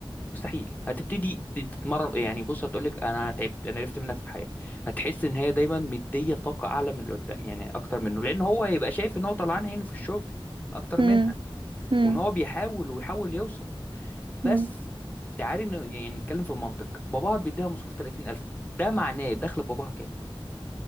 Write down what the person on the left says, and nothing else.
مستحيل هتبتدي ت- تتمرن يعني بص هتقولك انا تعبت انا عرفت منك في الحياه هتحس ان هي دايما مديه طاقه اعلى من اللي قدام يعني اكتر منه لان هو هيبقى شايف ان هو طلعان عينه في الشغل اكتر
منها
وان هو بيحاول ويحاول يوصل بس
تعالي ن- يعني نتكلم في المنطق باباها بيديها مصروف 30000 ده معناه دخل باباها كام